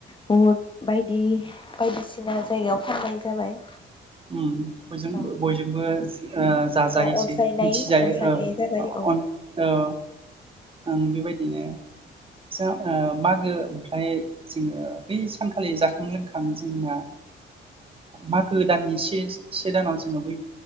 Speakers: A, on the left; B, on the right.
A: बहुद बायदि बायदिसिना जायगायाव फाननाय जाबाय
B: ऊम बयजोंबो
A: औ
B: बयजोंबो ओ जाजायोसै
A: अ अनसायनाय
B: मिथिजायो
A: अनसायनाय
B: ओ
A: जाबाय औ
B: अन ओ आं बेबायदिनो जा ओ मागो ओमफ्राय जोंङो बै सानखालि जाखां लोंखां जोंना मागो दाननि सेन से दानाव जोंङो बै